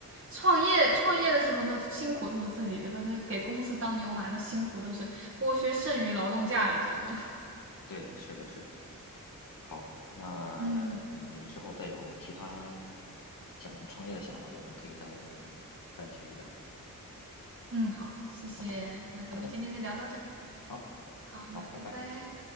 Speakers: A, on the right (about 40°); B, on the left (about 70°).
A: 创业创业的时候呢，
B: 是的，
A: 辛苦都是自己的，可是给公司当牛马，那辛苦都是剥削剩余劳动价值的。
B: 对，是的，是的，是的。好，那你之后再有其他
A: 嗯
B: 想创业的想法，咱们可以再再继续聊，
A: 嗯，好，谢谢。
B: 好吗？
A: 那咱们今天先聊到这儿，
B: 好的，好，
A: 好的，
B: 好，拜拜。
A: 拜拜。